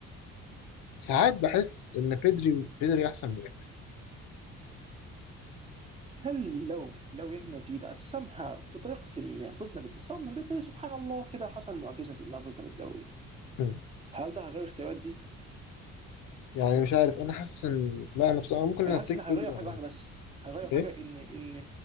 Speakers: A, on the left; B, on the right.
A: ساعات بحس ان بيدري بيدري احسن من رافينيا
B: هل لو لو ريال مدريد somehow بطريقة ما فزنا بالدوري بطريقة سبحان الله كده حصل معجزة ما فزنا بالدوري
A: مم.
B: هل ده غير اختيارات دي؟
A: يعني مش عارف انا حاسس ان لا انا بصراحة ممكن
B: انا
A: هتيك
B: حاسس ان هيغير
A: بيدري
B: حاجه
A: على رافينيا
B: واحده بس هيغير
A: ايه
B: حاجه ان ان